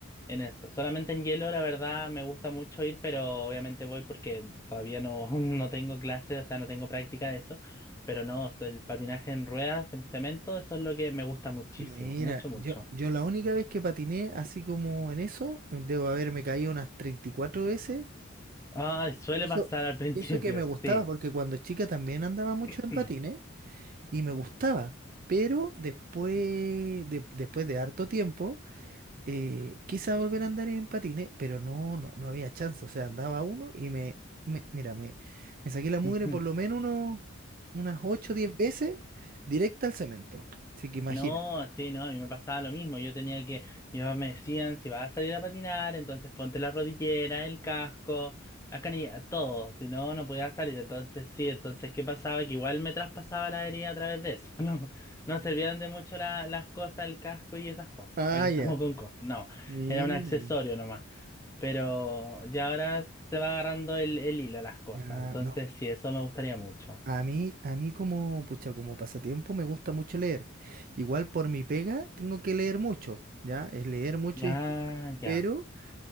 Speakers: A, on the left (about 15°); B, on the right (about 45°).
A: en eso. Solamente en hielo, la verdad, me gusta mucho ir, pero obviamente voy porque todavía no, <laughs> no tengo clases, o sea, no tengo práctica de eso. Pero no, el patinaje en ruedas, en cemento, eso es lo que me gusta muchísimo,
B: Mira,
A: mucho, mucho.
B: yo, yo la única vez que patiné así como en eso, debo haberme caído unas 34 veces.
A: Ah, suele
B: Y eso,
A: pasar al principio,
B: y eso que me gustaba,
A: sí.
B: porque cuando chica también andaba mucho
A: <clears throat>
B: en patines. y me gustaba. Pero después de, después de harto tiempo, eh, quise volver a andar en patines, pero no, no, no había chance. O sea, andaba uno y me, me- mira, me, me saqué la mugre
A: <laughs>
B: por lo menos unos, unas 8 o 10 veces directa al cemento. Así que imagina.
A: No, sí, no, a mí me pasaba lo mismo. Yo tenía que, mi papá me decían, si vas a salir a patinar, entonces ponte la rodillera, el casco, la canilla todo. Si no, no podía salir. Entonces, sí, entonces, ¿qué pasaba? Que igual me traspasaba la herida a través de eso. <laughs> No, no servían de mucho la- las cosas, el casco y esas cosas.
B: Ah,
A: ¿Para qué estamos
B: ya.
A: con cosas? No,
B: Mira.
A: era un accesorio nomás. Pero ya ahora se va agarrando el, el hilo a las cosas.
B: Ah,
A: Entonces,
B: no, mira,
A: sí, eso me gustaría mucho.
B: a mí, a mí como, pucha, como pasatiempo me gusta mucho leer. Igual por mi pega tengo que leer mucho, ¿ya? Es leer mucho
A: Ya,
B: y escribir.
A: ya,
B: Pero